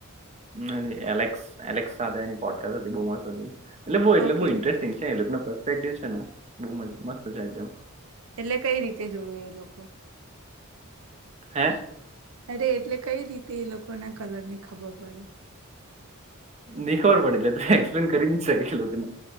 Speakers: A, on the right; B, on the right.
A: અને એલેક્સ એલેક્સ સાથે એની પોડકાસ્ટ હતી બોવ મસ્ત હતી. એટલે બહુ એટલે
B: ઓકે
A: બહુ ઇન્ટરેસ્ટિંગ છે એ લોકો નો પ્રોસ્પેક્ટિવ છે ને બવ મ મસ્ત છે એકદમ.
B: એટલે કઈ રીતે જોવે એ લોકો.
A: હે.
B: અરે એટલે કઈ રીતે એ લોકો ને કલરની ખબર પડે.
A: ની ખબર પડી એટલે તું એક્સપ્લેન કરી ની શકે એ લોકોને.